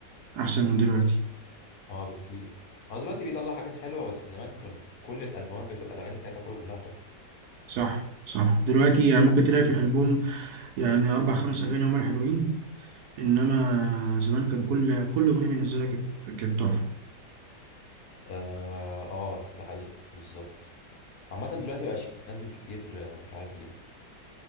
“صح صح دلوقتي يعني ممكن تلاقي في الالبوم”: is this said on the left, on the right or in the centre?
Right